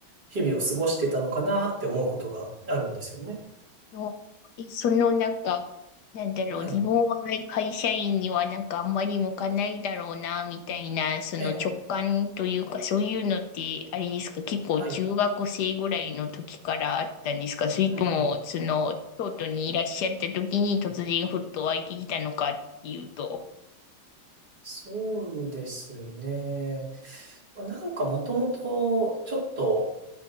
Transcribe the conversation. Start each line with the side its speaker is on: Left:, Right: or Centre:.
Right: 日々を過ごしてたのかなって思うことがあるんですよね。
Left: の、えそのなんか、なんだろう、
Right: はい。
Left: 自分は会社員にはなんかあんまり向かないだろうな、みたいな、その直感というか、
Right: ええ、
Left: そういうのって、あれですか、結構中学生ぐらいの時からあったんですか、
Right: はい。
Left: それとも、
Right: うんうん、
Left: その、京都にいらっしゃった時に突然ふっと湧いてきたのかっていうと。
Right: そうですね。まあなんかもともと、ちょっと、